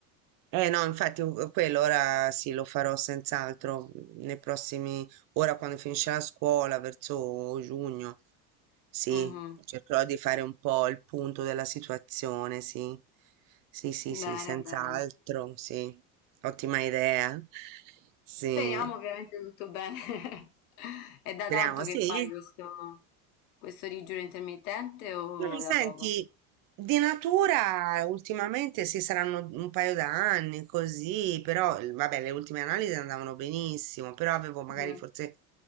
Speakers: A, on the right (about 50°); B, on the left (about 80°).
A: Eh no, infatti u- quello ora sì, lo farò senz'altro mm, nei prossimi, ora quando finisce la scuola, verso giugno, sì,
B: Mh-mh.
A: cercherò di fare un po' il punto della situazione, sì, sì, sì, sì,
B: Bene,
A: senz'altro,
B: bene.
A: sì, ottima idea, sì,
B: Speriamo ovviamente tutto bene. <laughs> È da
A: speriamo,
B: tanto che
A: sì,
B: fai questo, questo digiuno intermittente o
A: Mm, Senti,
B: da poco?
A: di natura ultimamente sì, saranno un paio d'anni così, però eh, vabbè, le ultime analisi andavano benissimo, però avevo magari
B: Mhm,
A: forse